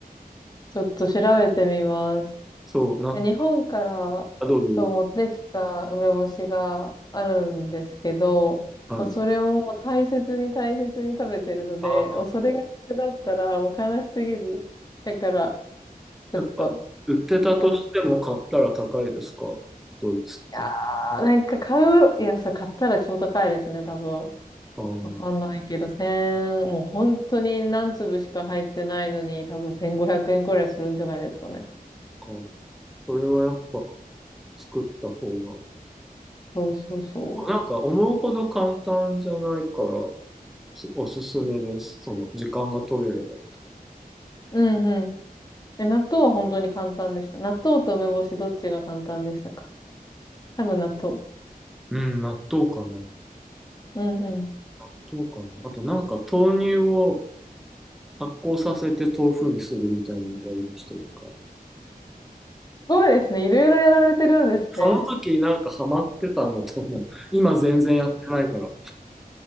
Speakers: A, on the left; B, in the centre.
A: ちょっと調べてみます。
B: そう、な、
A: 日本からそう持ってきた梅干しがあるんですけど、
B: あ、どうぞどうぞ。はい。
A: まあ、それをもう大切に大切に食べてるので、
B: ああ、
A: おそれが逆だったらもう悲しすぎる。だから、ちょっと
B: やっぱ、売ってたとしても買ったら高いですか、
A: 買います、い
B: ドイツって。
A: やー、なんか買う、いや、それ買ったら超高いですね、多分。
B: ああ、なん
A: わかんないけど、千、もう本当に何粒しか入ってないのに、多分1500円くえんくらいするんじゃないですかね。
B: か、それはやっぱ作った方
A: そうそうそ
B: が、なんか思うほど簡単じゃないから、おすおすすめです。その、時間が取れれば。
A: う。うんうん。え、納豆は本当に簡単でした。納豆と梅干しどっちが簡単でしたか多分納豆。
B: うん、納豆かな。
A: うんうん。す
B: 納豆かな。あとなんか豆乳を発酵させて豆腐にするみたいなのやりました、一回。
A: ごいですね。いろいろやられてるんですね。
B: その時なんかハマってたのとも、今全然やってないから。